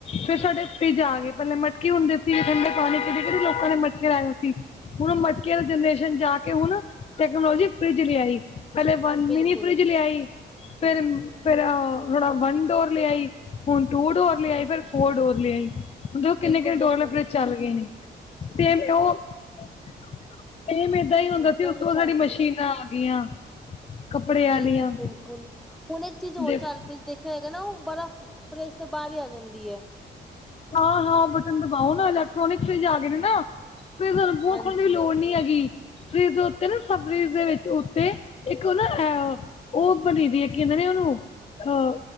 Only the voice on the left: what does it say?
ਫੇਰ ਸਾਡੇ ਫਰਿੱਜ ਆ ਗਏ ਪਹਿਲੇ ਮਟਕੇ ਹੁੰਦੇ ਸੀ ਠੰਡੇ ਪਾਣੀ ਚ ਵੀ ਕਹਿੰਦੇ ਲੋਕਾਂ ਨੇ ਮਟਕੇ ਲਾਏ ਹੋਏ ਸੀ। ਹੁਣ ਮਟਕੇ ਜਨਰੇਸ਼ਨ ਜਾ ਕੇ ਹੁਣ ਟੈਕਨੋਲੋਜੀ ਫਰਿੱਜ ਲੇ ਆਈ ਪਹਿਲੇ ਵਨ
ਮਿਨੀ ਫਰਿੱਜ ਲਿਆਈ ਫੇਰ ਫੇਰ ਆ ਥੋੜਾ ਵੰਨ ਡੋਰ ਲੇ ਆਈ ਹੁਣ ਟੂ ਡੋਰ ਲੇ ਆਈ ਫਿਰ ਫੋਰ ਡੋਰ ਲੀ ਆਈ ਹੁਨ ਦੇਖੋ ਕਿੰਨੇ
ਕਿੰਨੇ
ਡੋਰ ਦੇ ਫਰਿੱਜ ਚੱਲ ਗਏ ਨੇ ਤੇ ਉਹ ਸੇਮ ਏਦਾਂ ਹੀ ਹੁੰਦਾ
ਸੀ
ਉਸ
ਤੋਂ ਬਾਦ
ਸਾਡੀ ਮਸ਼ੀਨਾਂ ਆ ਗਈਆਂ ਕੱਪੜੇ ਵਾਲੀਆਂ
ਦੇਖ
ਹਾਂ ਹਾਂ ਬਟਨ ਦਬਾਓ ਨਾ ਇਲੈਕਟ੍ਰੋਨਿਕ ਫਰਿੱਜ ਆ ਗਏ ਨੇ ਨਾ ਫੇਰ ਸਾਨੂੰ ਬੁਆ
ਖੋਲਣ ਦੀ ਵੀ ਲੋੜ ਨੀ ਹੈਗੀ ਫਰਿਜ ਦੇ ਉੱਤੇ ਨਾ ਸਬਜੀ ਦੇ ਵਿੱਚ ਉੱਤੇ ਇੱਕ ਉਹ ਨਾ ਉਹ ਘੜੀ ਦੇਖ ਕੇ ਤੇ ਨੀ ਉਹਨੂੰ ਅਹ